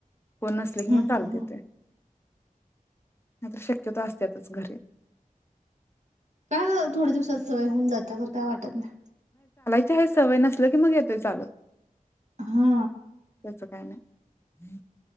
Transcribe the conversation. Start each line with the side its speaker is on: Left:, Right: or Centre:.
Left: कोण नसले कि
Right: हम्
Left: मग चालतंय.
Right: हम हम
Left: नाही तर शक्यतो असत्यातच घरी.
Right: काय ओ थोड्या दिवसात सवय होऊन जाती. त्यामुळ तर काय वाटत नाही.
Left: ते हे सवय नसल की मग येतोय चालत.
Right: हा.
Left: आमचं काय नाय.